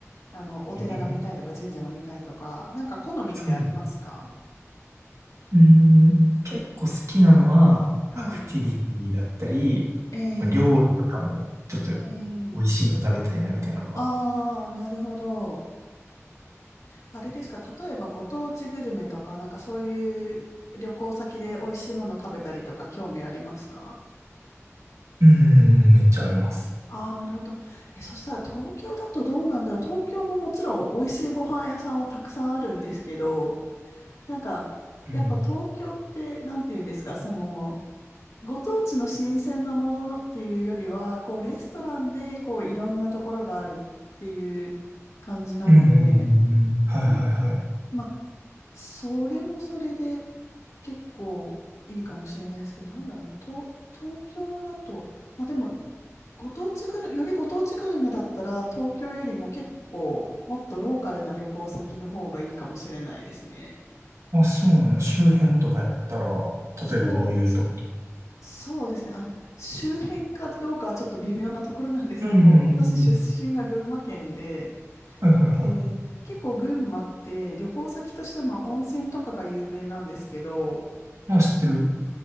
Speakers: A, on the left; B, on the right.
A: あの、お寺が見たいとか神社が見たいとか、
B: えー
A: なんか好みってありますか
B: そう。うん、結構好きなのは、
A: はい。
B: アクティビティだったり、
A: えー、
B: まあ料理とかも、ちょっと美
A: えー、
B: 味しいの食べたいなみたいなのは
A: ああ、なるほど。あれですか、例えばご当地グルメとか、なんかそういう旅行先で美味しいもの食べたりとか興味ありますか
B: うんうんうん、めっちゃあります。
A: ああー、なるほど。え、そしたら東京だとどうなんだろう。東京ももちろん美味しいご飯屋さんはたくさんあるんですけど、なんか、
B: うん。
A: やっぱ東京って、なんて言うんですか、その、ご当地の新鮮なものっていうよりは、こう、レストランで、こう、いろんなところがあるっていう感じなので、
B: うんうんうんうん。はいはいはい。
A: まあ、それもそれで結構いいかもしれないですけど、なんだろうな、東、東京だと、まあでも、ご当地グル、よりご当地グルメだったら、東京よりも結構、もっとローカルな旅行先の方がいいかもしれないですね。
B: あ、そうなの。周辺とかやったら、
A: そう、
B: 例えばどういうとこ
A: そうですね。あ、周辺かどうかはちょっと微妙なところなんですけど、
B: うんうんうんうん。
A: 私出身が群馬県で、
B: はいはいはい。
A: で、結構群馬って旅行先としてはまあ温泉とかが有名なんですけど、
B: まあ知ってる。